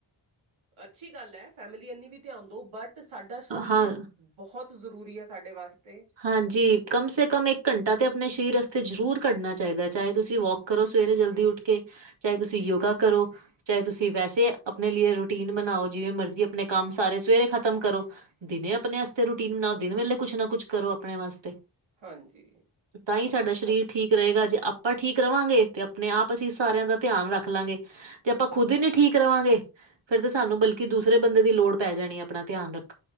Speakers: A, on the right; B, on the right.
A: ਅੱਛੀ ਗੱਲ ਹੈ ਫੈਮਿਲੀ ਇਨੀ ਵੀ ਧਿਆਨ ਦੋ ਬਟ ਸਾਡਾ ਸਰੀਰ
B: ਹਾਂ
A: ਬਹੁਤ ਜ਼ਰੂਰੀ ਆ ਸਾਡੇ ਵਾਸਤੇ
B: ਹਾਂਜੀ ਕਮ ਸੇ ਕਮ ਇੱਕ ਘੰਟਾ ਤਾਂ ਆਪਣੇ ਸਰੀਰਸਤੇ ਜ਼ਰੂਰ ਘੱਢਣਾ ਚਾਹੀਦਾ ਚਾਹੇ ਤੁਸੀਂ ਵੋਕ ਕਰੋ ਸਵੇਰੇ ਜਲਦੀ ਉੱਠ ਕੇ ਚਾਹੇ ਤੁਸੀਂ ਯੋਗਾ ਕਰੋ ਚਾਹੇ ਤੁਸੀਂ ਵੈਸੇ ਆਪਣੇ ਲਈ ਰੂਟੀਨ ਬਣਾਓ ਜਿਵੇਂ ਮਰਜੀੀ ਆਪਣੇ ਕੰਮ ਸਾਰੇ ਸਵੇਰੇ ਖ਼ਤਮ ਕਰੋ ਦਿਨੇ ਆਪਣੇ ਵਸਤੇ ਰੂਟੀਨ ਬਣਾਓ ਦਿਨ ਵੇਲੇ ਕੁਛ ਨਾ ਕੁਛ ਕਰੋ ਆਪਣੇ ਵਾਸਤੇ
A: ਹਾਂਜੀ
B: ਤਾਂ ਹੀ ਸਾਡਾ ਸਰੀਰ
A: ਹੋ
B: ਠੀਕ ਰਹੇਗਾ ਜੇ ਆਪਾਂ ਠੀਕ ਰਹਾਂਗੇ ਤੇ ਆਪਣੇ ਆਪ ਅਸੀਂ ਸਾਰਿਆਂ ਦਾ ਧਿਆਨ ਰੱਖ ਲਾਂਗੇ ਜੇ ਆਪਾਂ
A: ਦੇਵਾਂਗੇ
B: ਖੁਦ ਹੀ ਨੀ ਠੀਕ ਰਹਾਂਗੇ ਫੇਿਰ ਤਾਂ ਸਾਨੂੰ ਬਲਕਿ ਦੂਸਰੇ ਬੰਦੇ ਦੀ ਲੋੜ ਪੈ ਜਾਣੀ ਆਪਣਾ ਧਿਆਨ ਰੱਖ